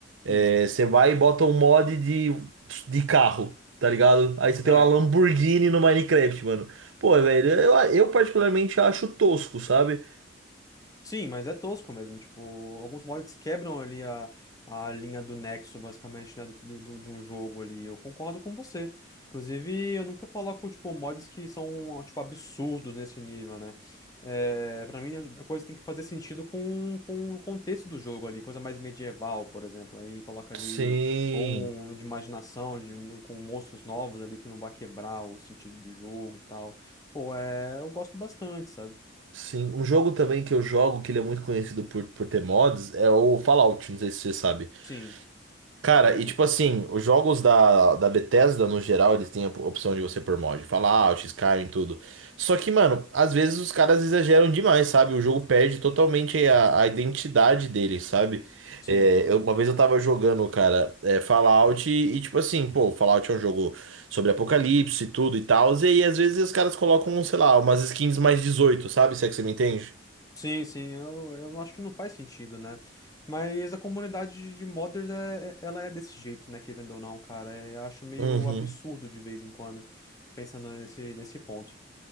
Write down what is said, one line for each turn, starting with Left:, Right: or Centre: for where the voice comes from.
Left: Hum.
Right: É, você vai e bota um mod de, de carro, tá ligado? Aí você tem
Left: É,
Right: uma Lamborghini no Minecraft, mano. Pô, velho, eu, eu particularmente acho tosco, sabe?
Left: Sim, mas é tosco mesmo. Tipo, alguns mods quebram ali a, a linha do nexo, basicamente, né? Do, do- do- de um jogo ali. Eu concordo com você. Inclusive, eu nunca coloco, tipo, mods que são, tipo, absurdos nesse nível, né? É, pra mim, a coisa tem que fazer sentido com, com o contexto do jogo ali. Coisa mais medieval, por exemplo. Aí coloca ali,
Right: Sim.
Left: ou um de imaginação, de, com monstros novos ali que não vai quebrar o sentido do jogo e tal. Pô, é, eu gosto bastante, sabe?
Right: Sim, um jogo também que eu jogo, que ele é muito conhecido por, por ter mods, é o Fallout, não sei se você sabe.
Left: Sim,
Right: Cara,
Left: mas-
Right: e tipo assim, os jogos da, da Bethesda, no geral, eles têm a opção de você pôr mod. Fallout, Skyrim, tudo. Só que, mano, às vezes os caras exageram demais, sabe? O jogo perde totalmente a, a identidade dele, sabe?
Left: sim.
Right: É, eu- uma vez eu tava jogando, cara, é, Fallout e, e, tipo assim, pô, Fallout é um jogo sobre apocalipse e tudo e tal, e aí às vezes os caras colocam, sei lá, umas skins mais 18, sabe? Se é que você me entende?
Left: Sim, sim, eu, eu acho que não faz sentido, né? Mas a comunidade de de modders, é, é- ela é desse jeito, né? Querendo ou não, cara. É, Eu acho meio
Right: Uhum.
Left: absurdo de vez em quando, pensando nesse, nesse ponto.